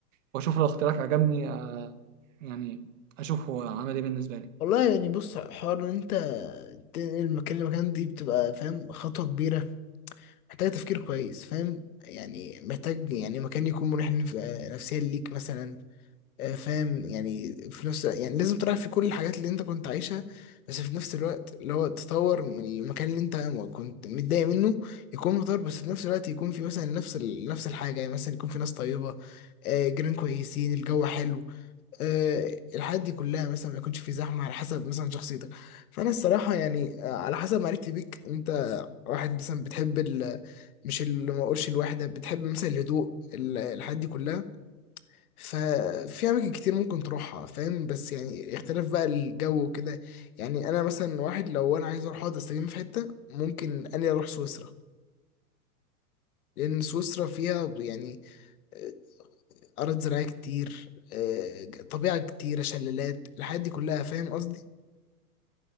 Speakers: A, on the right (about 55°); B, on the left (about 65°).
A: وأشوف لو اختيارك عجبني آه، يعني أشوف هو عمل إيه بالنسبة لي
B: والله يعني بص حوار ان انت تنقل مكان لمكان دي بتبقى فاهم خطوة كبيرة محتاجة تفكير كويس فاهم يعني محتاج يعني مكان يكون مريح نف- نفسيا ليك مثلا آه، فاهم يعني في نفس يعني لازم تراعي في كل الحاجات اللي انت كنت عايشها بس في نفس الوقت اللي هو تطور من المكان اللي انت كنت متضايق منه يكون متطور بس في نفس الوقت يكون في مثلا نفس ال... نفس الحاجة يعني مثلا يكون في ناس طيبة آه، جيران كويسين الجو حلو آه، الحاجات دي كلها مثلا ما يكونش في زحمه على حسب مثلا شخصيتك فانا الصراحه يعني آه، على حسب معرفتي بيك انت واحد مثلا بتحب ال مش اللي ما اقولش الواحده بتحب مثلا الهدوء ال- الحاجات دي كلها ففي اماكن كتير ممكن تروحها فاهم بس يعني اختلاف بقى الجو وكده يعني انا مثلا واحد لو انا عايز اروح اقعد استجم في حته ممكن اني اروح سويسرا لان سويسرا فيها يعني آه، ارض زراعيه كتير آه، طبيعه كتيره شلالات الحاجات دي كلها فاهم قصدي